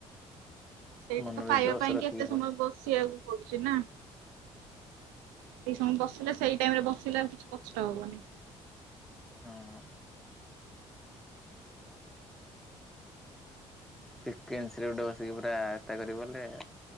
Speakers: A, on the right; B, in the centre.
A: ସେଇଟା
B: ମନରେ
A: ତ ପାଇବା
B: ଜୋସ
A: ପାଇଁ
B: ରଖିକି
A: ଏତେ
B: ପଢ
A: ସମୟ ବସିବାକୁ ପଡୁଛି ନା। ସେଇ ସମୟ ବସିଲେ ସେଇ ଟାଇମରେ ବସିଲେ ଆଉ କିଛି କଷ୍ଟ ହବନି।
B: ହଁ। ଟିକେ <inaudible> ବସିକି ପୁରା ତା କରିବୁ ଗଲେ।